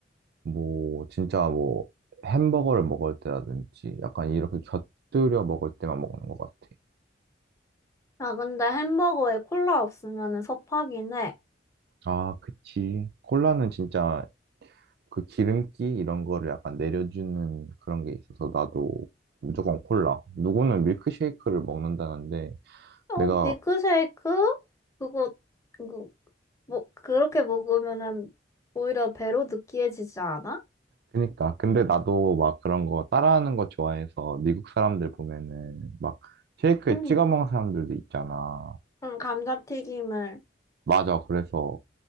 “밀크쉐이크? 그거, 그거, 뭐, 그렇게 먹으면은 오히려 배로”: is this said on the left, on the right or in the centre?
Left